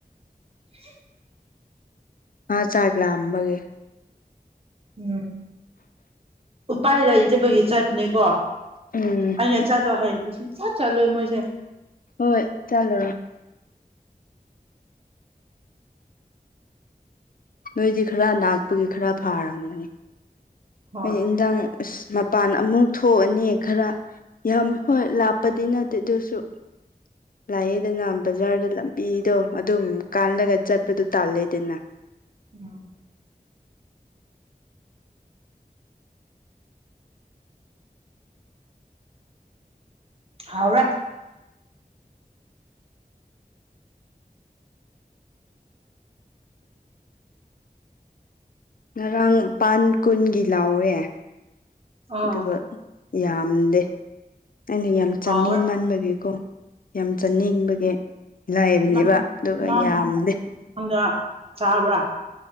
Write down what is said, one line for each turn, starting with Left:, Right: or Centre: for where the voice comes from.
Right: <inaudible>
Left: ꯃꯥ ꯆꯥꯛ ꯂꯥꯛꯕꯒꯤ
Right: ꯎꯝ ꯎꯄꯥꯏ ꯂꯩꯇꯕꯒꯤ ꯆꯠꯕꯅꯦꯀꯣ
Left: ꯎꯝ
Right: ꯑꯩꯅ ꯆꯠꯂꯣ ꯍꯥꯏꯗꯤ ꯁꯨꯡꯖꯠ ꯆꯠꯂꯣꯏ ꯃꯣꯏꯁꯦ
Left: ꯍꯣꯏ ꯆꯠꯂꯣꯢ ꯅꯣꯏꯗꯤ ꯈꯔ ꯅꯥꯛꯄꯒꯤ ꯈꯔ ꯐꯥꯔꯝꯒꯅꯤ
Right: ꯍꯣꯏ
Left: ꯑ ꯏꯟꯗꯥꯡ ꯑꯁ ꯃꯄꯥꯟ ꯑꯃꯨꯛ ꯊꯣꯛꯑꯅꯤ ꯈꯔ ꯌꯥꯝ ꯍꯣꯏ ꯂꯥꯞꯄꯗꯤ ꯅꯠꯇꯦ ꯑꯗꯨꯁꯨ ꯂꯥꯛꯑꯦ ꯑꯗꯨꯅ ꯕꯖꯥꯔꯗ ꯂꯝꯕꯤꯗꯣ ꯑꯗꯨꯝ ꯀꯥꯜꯂꯒ ꯆꯠꯄꯗꯣ ꯇꯥꯜꯂꯦꯗꯅ
Right: ꯎꯝ ꯍꯥꯎꯔꯦ
Left: ꯉꯔꯥꯡ ꯃꯄꯥꯟ ꯀꯨꯟꯒꯤ ꯂꯥꯎꯋꯦ
Right: ꯑꯥ
Left: ꯑꯗꯨꯒ ꯌꯥꯝꯗꯦ ꯑꯩꯅ ꯌꯥꯝ ꯆꯥꯅꯤꯡ
Right: ꯍꯥꯎꯔꯦ
Left: ꯃꯥꯟꯕꯒꯤꯀꯣ ꯌꯥꯝ ꯆꯥꯅꯤꯡꯕꯒꯤ
Right: ꯎꯝ
Left: ꯂꯥꯏꯕꯅꯦꯕ
Right: ꯅꯪ
Left: ꯑꯗꯨꯒ
Right: ꯅꯪ
Left: ꯌꯥꯝꯗꯦ
Right: <unintelligible> ꯆꯥꯕ꯭ꯔꯥ